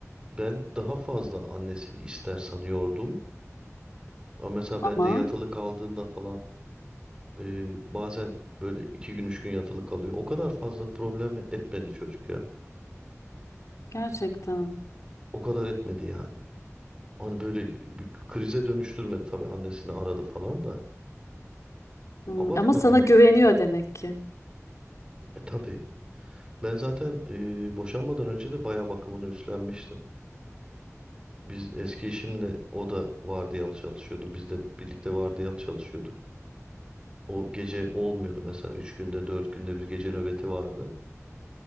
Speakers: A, on the right; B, on the left.
A: ben daha fazla annesini ister sanıyordum. Ama mesela
B: Ama
A: ben de yatılı kaldığında falan Ee, bazen böyle iki gün üç gün yatılı kalıyor. O kadar fazla problem etmedi çocuk ya.
B: Gerçekten.
A: O kadar etmedi yani. Hani böyle bir krize dönüştürmedi tabii annesini aradı falan da.
B: Hmm,
A: Abartmadı.
B: Ama sana güveniyor demek ki.
A: E, tabii. Ben zaten e, boşanmadan önce de bayağı bakımını üstlenmiştim. Biz eski eşimle o da vardiyalı çalışıyordu. Biz de birlikte vardiyalı çalışıyorduk. O gece olmuyordu mesela. Üç günde dört günde bir gece nöbeti vardı.